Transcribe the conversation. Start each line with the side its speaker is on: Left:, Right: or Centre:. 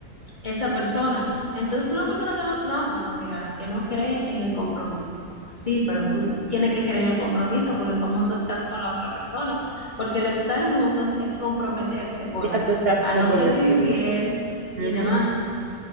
Left: esa persona. Entonces, una persona que no, no, bueno, mira, que no cree en el compromiso. Sí, pero tú tienes que creer en el compromiso porque como tú estás con la otra persona, porque el estar juntos es comprometerse, bueno,
Right: Ya tú estás
Left: a
Right: comprometiéndote.
Left: no serte infiel y
Right: Ujú.
Left: demás.